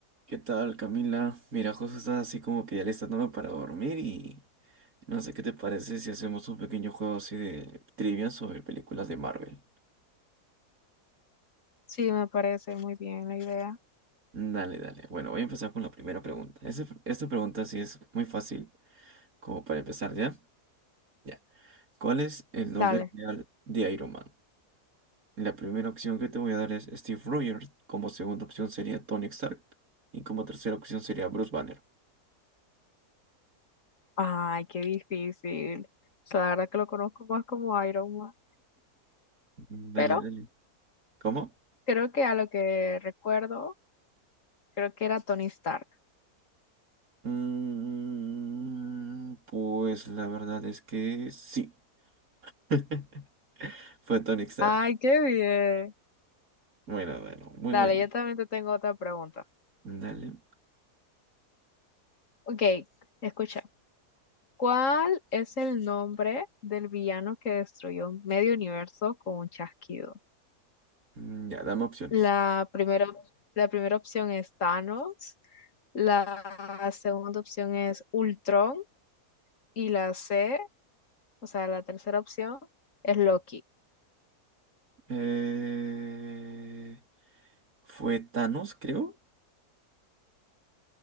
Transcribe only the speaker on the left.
Sí, me parece muy bien la idea.
Dale.
Ay, qué difícil. O sea, la verdad que lo conozco más como Iron Man.
Pero
creo que a lo que recuerdo, creo que era Tony Stark.
Ay, qué bien.
Dale,
yo también te tengo otra pregunta.
Ok, escucha. ¿Cuál es el nombre del villano que destruyó medio universo con un chasquido?
La primera, la primera opción es Thanos. La segunda opción es Ultron. Y la C, o sea, la tercera opción es Loki.